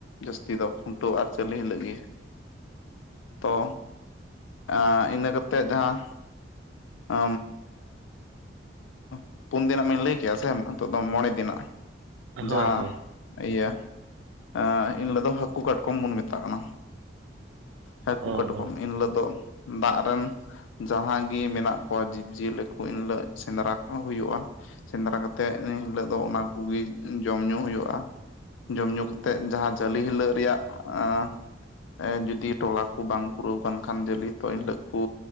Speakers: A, on the left; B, on the right.
A: ᱡᱟᱹᱥᱛᱤ ᱫᱚ ᱠᱷᱩᱱᱴᱟᱹᱣ ᱟᱨ ᱪᱮᱫ ᱞᱤᱧ ᱞᱟᱹᱭᱟ ᱛᱚ ᱟᱸ ᱤᱱᱟᱹ ᱠᱟᱛᱮᱫ ᱡᱟᱦᱟᱸ ᱟ <inaudible> <unintelligible> ᱯᱩᱱ ᱫᱤᱱᱟᱹᱜ ᱢᱟᱹᱧ ᱞᱟᱹᱭ ᱠᱮᱭᱟ ᱥᱮ ᱱᱤᱛᱚᱜ ᱫᱚ ᱢᱚᱬᱮ ᱫᱤᱱᱟᱜ
B: ᱦᱳᱭ
A: ᱡᱟᱦᱟᱸ
B: ᱦᱳᱭ
A: ᱤᱭᱟᱹ ᱮᱸᱜ ᱮᱱ ᱦᱤᱞᱳᱜ ᱫᱚ ᱦᱟᱹᱠᱩ ᱠᱟᱴᱠᱚᱢ ᱵᱚᱱ ᱢᱮᱛᱟᱜ ᱠᱟᱱᱟ ᱦᱟᱹᱠᱩ
B: ᱚ
A: ᱠᱟᱴᱠᱚᱢ
B: ᱚ
A: ᱮᱱ ᱦᱤᱞᱳᱜ ᱫᱚ ᱫᱟᱜ ᱨᱮᱱ ᱡᱟᱦᱟᱸ ᱜᱮ ᱢᱮᱱᱟᱜ ᱠᱚᱣᱟ ᱡᱤᱵᱽ ᱡᱤᱭᱟᱹᱞᱤ ᱠᱚ ᱮᱱ ᱦᱤᱞᱳᱜ ᱥᱮᱸᱫᱽᱨᱟ ᱠᱚᱦᱚᱸ ᱦᱩᱭᱩᱜᱼᱟ ᱥᱮᱸᱫᱽᱨᱟ ᱠᱟᱛᱮᱫ ᱤᱱᱟᱹ ᱦᱤᱞᱳᱜ ᱫᱚ ᱚᱱᱟ ᱠᱚᱜᱮ ᱡᱚᱢ ᱧᱩ ᱦᱩᱭᱩᱜᱼᱟ <inaudible> ᱡᱚᱢ ᱧᱩ ᱠᱟᱼᱼ ᱛᱮᱫ ᱡᱟᱦᱟᱸ ᱡᱟᱹᱞᱤ ᱦᱤᱞᱟᱹᱜ ᱨᱮᱭᱟᱜ <unintelligible> ᱮᱸ ᱡᱩᱫᱤ ᱴᱚᱞᱟ ᱠᱚ ᱵᱟᱝ ᱯᱩᱨᱟᱹᱣ ᱟᱠᱟᱱ ᱠᱷᱟᱱ ᱡᱟᱹᱞᱤ ᱛᱚ ᱮᱱ ᱦᱤᱞᱟᱹᱜ ᱠᱩ